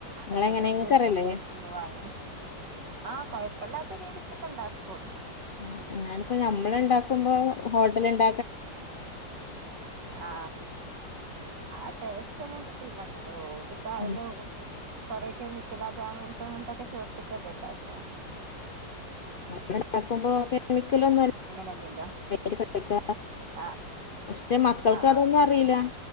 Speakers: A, on the left; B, on the right.
A: നിങ്ങളെങ്ങനെ
B: അതൊക്കെ
A: നിങ്ങക്കറിയില്ലേ
B: കൂടുതല് ഇപ്പ വാങ്ങല് ആ, കുഴപ്പില്ലാത്ത രീതിക്കൊക്കെ ഉണ്ടാക്കും.
A: ആ എന്നാലിപ്പോ നമ്മൾ ഉണ്ടാക്കുമ്പോ ഹോട്ടലണ്ട
B: ആ, ആ ടേസ്റ്റ് എന്നത് കിട്ടില്ല എന്നാ ഇവിടിപ്പായല
A: ഉം
B: കുറെ കെമിക്കൽ അത് അങ്ങനത്തെ അങ്ങനത്തൊക്കെ ചേർത്ത്ട്ടല്ലേ ഇണ്ടാക്കണേ
A: അവിടെണ്ടാക്കുമ്പോ കെമിക്കലൊന്നും
B: അങ്ങനെയല്ലല്ലോ
A: കട്ടക്ക
B: ആഹ്
A: പക്ഷെ മക്കൾക്ക്
B: ആഹ്
A: അതൊന്നും അറിയില്ല